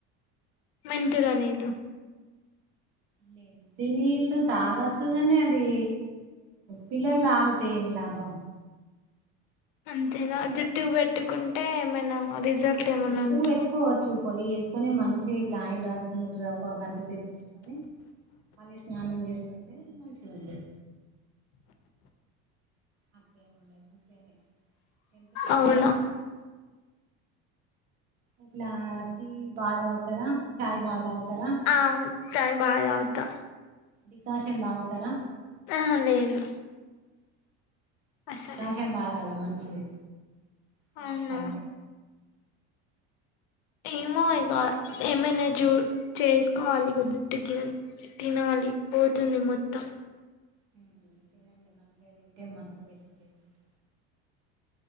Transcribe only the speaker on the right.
లే మెంతి నీళ్ళు తాగచ్చు కానీ అది పిల్లలు తాగుతే ఏం లాభం
అది
ఆ
జట్టు
కు పెట్టు కొవచ్చు పొడి చేసుకొని మంచిగా ఇట్లా ఆయిల్ రాసుకున్నట్ రా ఒక గంట సేపు ఉంచుకొని మళ్ళీ స్నానం చేస్తుంటే మంచిగా ఉంటది అట్లా ఏముండదు మంచిగానే మెంతులు రాసుకోవచ్చు
ఇట్లా టీ బాగా తాగుతారా చాయ్ బాగా తాగుతారా
డికాషన్ తాగుతరా
డికాషన్ తాగాల మంచిది చాయ్
కంటే
మేము
హ్మ్ హు తినండి మంచిగ తింటే మస్తు పెరుగుతది జుట్టు